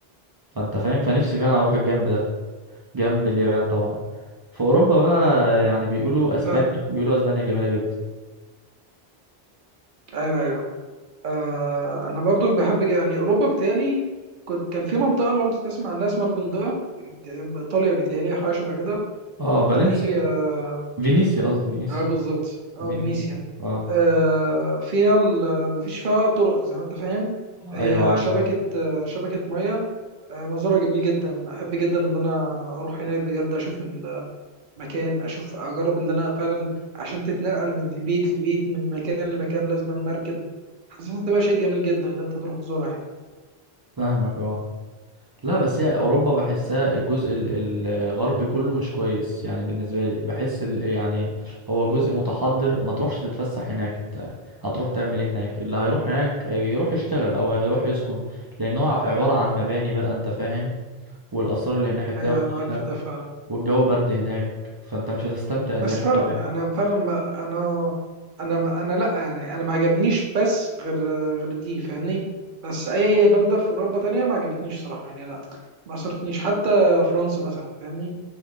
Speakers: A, on the right; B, on the right.
A: فانت فاهم فنفسي فعلا اروح الجنب ده جنب اليابان طبعا في اوروبا بقى يعني بيقولوا اسبانيا
B: لا
A: بيقولوا اسبانيا جميله جدا
B: أيوه أيوه آه انا برضو بحب يعني اوروبا بتالي كنت كان في منطقه لو انت تسمع عنها اسمها البندقه جنب ايطاليا بتالي حاجه شبه كده
A: اه فالنسيا
B: دي اه
A: فينيسيا قصدي فينيسيا
B: آه، بالظبط اه
A: فينيسيا
B: فينيسيا
A: اه
B: آه فيها ال- مفيش فيها طرق زي ما انت فاهم هي
A: ايوه عارف
B: شبكه آه شبكه ميه آه منظرها جميل جدا احب جدا ان انا اروح هناك بجد اشوف المكان اشوف اجرب اللي انا فعلا عشان تتنقل من بيت لبيت من مكان لمكان لازم مركب حاسسها تبقى شيء جميل جدا ان انت تروح تزورها يعني.
A: فاهمك اه لا بس هي اوروبا بحسها الجزء ال- الغربي كله مش كويس يعني بالنسبه لي بحس ال- يعني هو جزء متحضر ما تروحش تتفسح هناك إنت هتروح تعمل ايه هناك اللي هيروح هناك يروح يشتغل او هيروح يسكن لان هو عباره عن مباني بقى انت فاهم والآثار اللي هناك هتلاقيها
B: ايوه أيوة
A: قليلة
B: معاك في ده فعلا
A: والجو برد هناك فانت مش هتستمتع
B: بس
A: زي ما انت
B: فعلا
A: فاكر
B: انا فعلا ما انا انا ما انا لا يعني انا ما عجبنيش بس غير غير دي فاهمني بس اي بلده في اوروبا تانية ما عجبتنيش صراحه يعني لا ما صرتنيش حتى فرنسا مثلا فاهمني